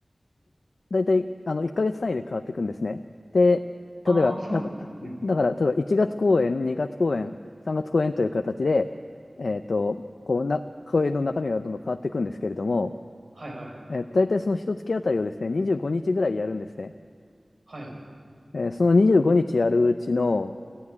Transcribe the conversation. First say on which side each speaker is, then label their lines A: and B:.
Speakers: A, on the left; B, on the right.
A: 大体あの1ヶ月単位で変わっていくんですね。で、
B: ああ、
A: 例えば、
B: そうなんですね。
A: だか、
B: うんうん。
A: だから例えば1月公演、2月公演、3月公演という形で、えーと、こうな公演の中身がどんどん変わっていくんですけれども、
B: はいはいはい。
A: えー、大体その1月あたりをですね、25日ぐらいやるんですね。
B: はいはい。
A: えーその25日やるうちの、